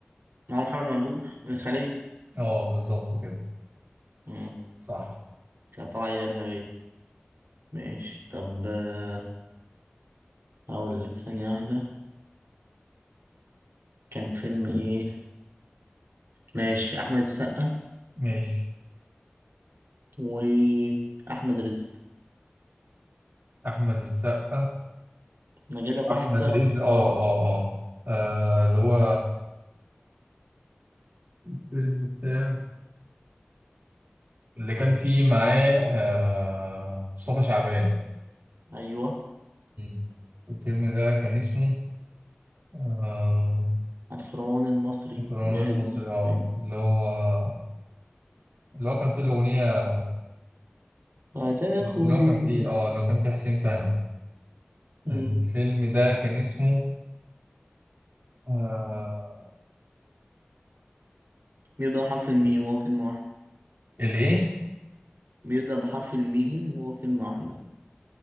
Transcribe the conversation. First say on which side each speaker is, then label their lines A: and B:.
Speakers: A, on the right; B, on the right.
A: ما هو محمد ممدوح الخلية
B: اه بالظبط كده
A: مم.
B: صح
A: كانت طالعة إرهابية ماشي طب آه، هقول لك ثانية واحدة كان فيلم إيه ماشي أحمد السقا
B: ماشي
A: وأحمد رزق
B: أحمد السقا
A: أنا أجيب لك
B: أحمد
A: واحد سهل
B: رزق
A: وواحد صعب
B: اه اه اه آه، اللي هو الفيلم بتاع اللي كان فيه معاه آه مصطفى شعبان
A: أيوه
B: مم. الفيلم ده كان اسمه آه،
A: الفرعون المصري
B: الفرعون
A: جاهد
B: المصري
A: الإسلام
B: اه اللي هو اللي هو كان فيه الأغنية
A: هتاخد
B: اللي هو
A: إيه
B: كان فيه اه اللي هو كان فيه حسين فهمي
A: مم.
B: الفيلم ده كان اسمه آه
A: بيبدأ بحرف الميم وهو كلمة واحدة
B: الإيه؟
A: بيبدأ بحرف الميم وهو كلمة واحدة